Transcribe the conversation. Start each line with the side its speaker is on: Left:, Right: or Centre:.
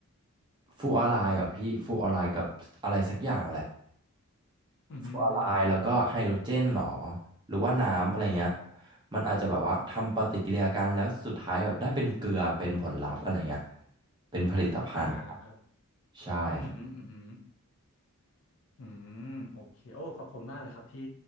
Right: ฟลูออไรด์เหรอพี่ฟลูออไรด์กับอะไรสักอย่างแหละ
Left: อืมฮึอืมฮึ
Right: ฟลูออไรด์แล้วก็ไฮโดรเจนหรอหรือว่าน้ำอะไรเงี้ยมันอาจจะแบบว่าทำปฏิกิริยากันแล้วสุดท้ายแบบได้เป็นเกลือเป็นผลลัพธ์อะไรเงี้ยเป็นผลิตภัณฑ์
Left: อ่าครับ
Right: ใช่ครับ
Left: อืมฮึอืมฮึ อืมโอเคโอ้ขอบคุณมากเลยครับที่